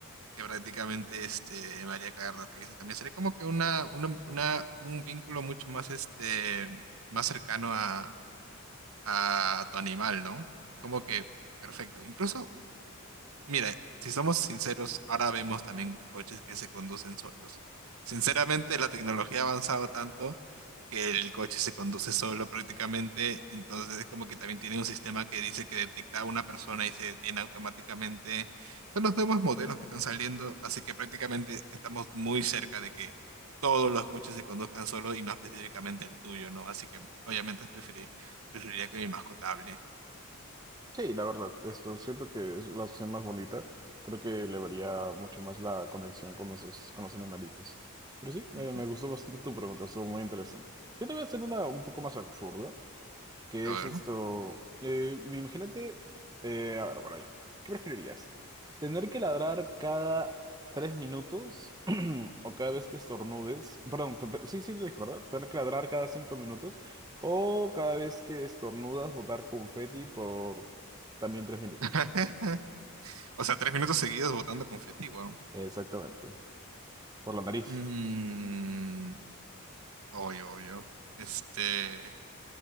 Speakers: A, on the right; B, on the right.
A: que prácticamente este, me haría cagar de risa. También sería como que una, una, una- un vínculo mucho más, este, más cercano a, a tu animal, ¿no? Es como que perfecto. Incluso Mira, si somos sinceros, ahora vemos también coches que se conducen solos. Sinceramente, la tecnología ha avanzado tanto que el coche se conduce solo prácticamente, entonces es como que también tiene un sistema que dice que detecta a una persona y se detiene automáticamente. Son los nuevos modelos que están saliendo, así que prácticamente estamos muy cerca de que todos los coches se conduzcan solo y no específicamente el tuyo, ¿no? Así que obviamente preferí- preferiría que mi mascota hable.
B: Sí, la verdad, esto siento que es la opción más bonita. Creo que le vería mucho más la conexión con nuestros, con los animalitos. Pero sí, me,
A: Ujú.
B: me gustó bastante tu pregunta, estuvo muy interesante. Yo te voy a hacer una un poco más absurda. ¿Qué
A: A
B: es
A: ver,
B: esto?
A: ¿no?
B: Eh, imagínate, eh, a ver, bueno, ya. ¿Qué preferirías? ¿Tener que ladrar cada tres minutos <clears throat> o cada vez que estornudes? Perdón, te- te- sí, sí, te dije, ¿verdad? ¿Tener que ladrar cada cinco minutos o cada vez que estornudas botar confeti por también tres minutos?
A: <laughs> O sea, tres minutos seguidos botando confeti, wow.
B: Exactamente, por la nariz.
A: Mmm. Obvio, obvio. Este,